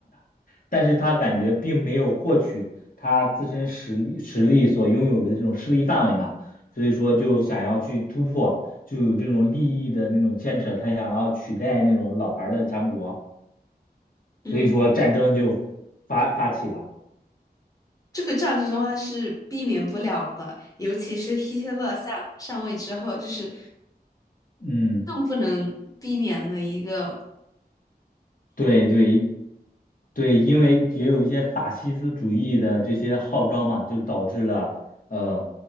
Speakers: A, on the left (about 55°); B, on the left (about 20°).
A: 但是他感觉并没有获取他自身实力实力所拥有的这种势力范围嘛，所以说就想要去突破，就有这种利益的那种牵扯，他想要取代那种老牌儿的强国，
B: 嗯。
A: 所以说战争就发发起了。
B: 这个战争的话是避免不了的，尤其是希特勒上上位之后，就是
A: 嗯，
B: 更不能避免的一个。
A: 对对，对，因为也有一些法西斯主义的这些号召嘛，就导致了呃